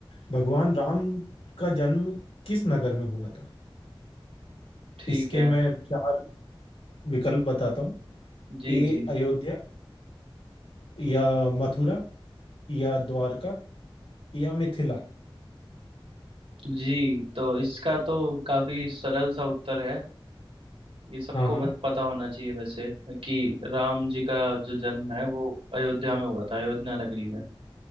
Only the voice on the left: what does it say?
भगवान राम का जन्म किस नगर में हुआ था
इसके
मैं चार विकल्प बताता हूँ
ए
अयोध्या या मथुरा या द्वारका या मिथिला
हाँ हाँ